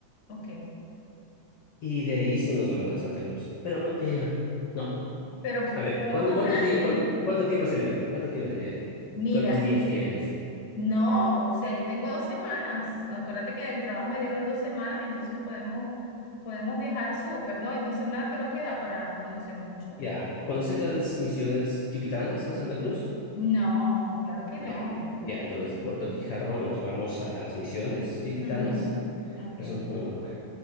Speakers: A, on the left; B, on the left.
A: ok.
B: Y de ahí sí nos vamos a Santa Cruz. Pero no, eh, no.
A: Pero
B: A ver,
A: podemos
B: ¿cuánto,
A: hacer
B: cuántos
A: así.
B: días, cuánto, cuánto tiempo es el viaje? ¿Cuánto tiempo es el viaje?
A: Mira,
B: ¿Cuántos días tienes?
A: No, o sea, yo tengo dos semanas. Acuérdate que en el trabajo me dieron dos semanas, entonces podemos, podemos viajar súper, ¿no? En dos semanas creo que da para conocer mucho.
B: Ya. ¿Conoces las misiones chiquitanas en Santa Cruz?
A: No, claro que
B: Ya,
A: no.
B: ya, entonces de Puerto Quijarro nos vamos a las Misiones Chiquitanas,
A: Ujú. Ok,
B: que son como, bueno,